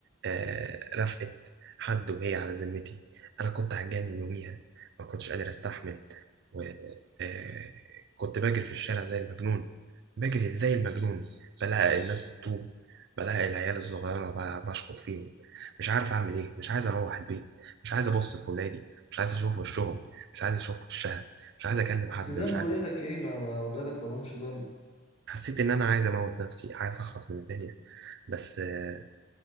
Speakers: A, on the right; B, on the left.
A: آه رفقت حد وهي على ذمتي أنا كنت هتجنن يوميها ما كنتش قادر أستحمل و آه كنت بجري في الشارع زي المجنون بجري زي المجنون بلاقي الناس بتطوب بلاقي العيال الصغيرة ب- بشخط فيهم مش عارف أعمل إيه مش عايز أروح البيت مش عايز أبص في ولادي مش عايز أشوف وشهم مش عايز أشوف وشها مش عايز أكلم
B: بس
A: حد
B: ذنب
A: مش عارف
B: ولادك ايه ما, ما ولادك ما لهمش ذنب
A: حسيت إن أنا عايز أموت نفسي عايز أخلص من الدنيا بس آه،